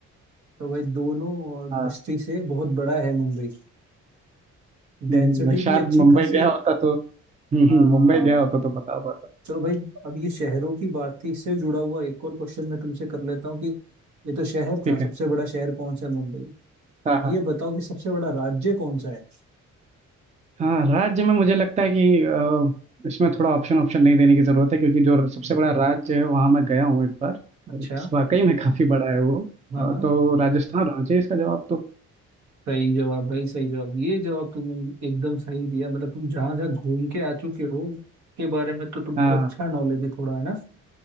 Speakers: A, on the right; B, on the right.
A: तो भाई दोनों
B: हाँ
A: दृष्टि से बहुत बड़ा है मुंबई
B: हम्म,
A: डेंसिटी भी
B: शायद
A: अच्छी
B: मुंबई
A: खासी
B: गया
A: है
B: होता तो हम्म, हम्म,
A: हाँ
B: मुंबई गया होता तो बता पाता
A: चलो भाई अब ये शहरों की बात थी इससे जुड़ा हुआ एक और क्वेश्चन मैं तुमसे कर लेता हूँ कि ये तो शहर
B: ठीक
A: था सबसे
B: है
A: बड़ा शहर कौन सा है मुंबई
B: हाँ हाँ
A: ये बताओ कि सबसे बड़ा राज्य कौन सा है
B: हाँ राज्य में मुझे लगता है कि अ, इसमें थोड़ा ऑप्शन ऑप्शन नहीं देने की जरूरत है क्योंकि जो सबसे बड़ा राज्य है वहाँ मैं गया हूँ एक बार
A: अच्छा
B: और वाकई में काफी बड़ा है वो
A: हाँ
B: अ,
A: हाँ
B: तो राजस्थान होना चाहिए इसका जवाब तो
A: सही जवाब भाई सही जवाब ये जवाब तुमने एकदम सही दिया मतलब तुम जहाँ जहाँ घूम के आ चुके हो के बारे में तो तुमको
B: हाँ
A: अच्छा नॉलेज है थोड़ा है ना